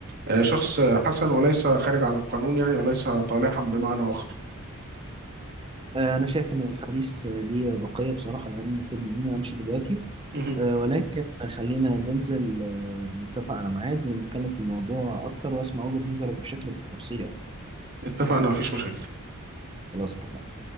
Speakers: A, on the right; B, on the right.
A: آه، شخص حسن وليس خارج عن القانون يعني وليس طالحا بمعنى آخر
B: آه، أنا شايف إن الحديث آه، ليه بقية بصراحة يعني المفروض إن أنا أمشي دلوقتي
A: مهم.
B: آه، ولكن خلينا ننزل آه، نتفق على ميعاد ونتكلم في الموضوع أكتر وأسمع وجهة نظرك بشكل تفصيلي أكتر
A: اتفقنا مفيش مشاكل
B: خلاص اتفقنا